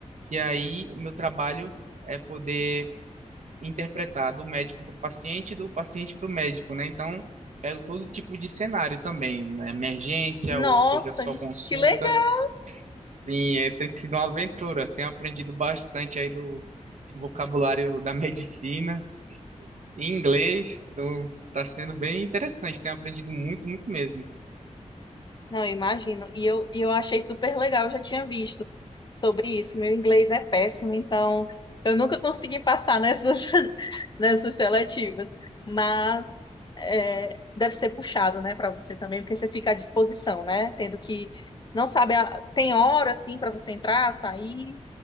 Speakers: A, on the right; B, on the left.
A: e aí o meu trabalho é poder interpretar do médico para o paciente e do paciente para o médico, né? Então, pego todo tipo de cenário também, né? Emergência,
B: Nossa,
A: ou seja, só consultas,
B: que legal!
A: Sim, é, tem sido uma aventura. Tenho aprendido bastante aí do vocabulário da <laughs> medicina e inglês. Então, tá sendo bem interessante. Tenho aprendido muito, muito mesmo.
B: Não, eu imagino. E eu, e eu achei super legal, eu já tinha visto sobre isso. Meu inglês é péssimo, então eu nunca consegui passar nessas, <laughs> nessas seletivas. Mas é, deve ser puxado, né, para você também, porque você fica à disposição, né? Tendo que. Não sabe, a- tem hora, assim, para você entrar, sair.